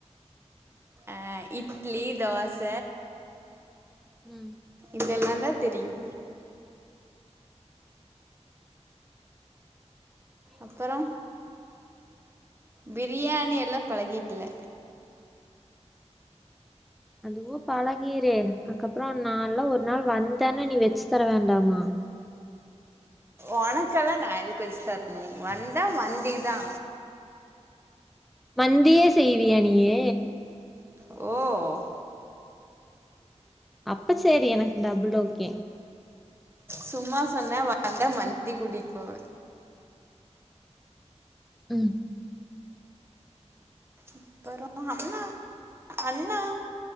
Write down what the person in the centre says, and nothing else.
ம்
அதுவு பழகிரே அதுக்கப்றோ நான்ல்ல ஒரு நாள் வந்தன்ன நீ வெச்சு தர வேண்டாமா
மந்தியே செய்வியா நீயி
அப்ப சரி எனக்கு டபுள் ஓகே
ம்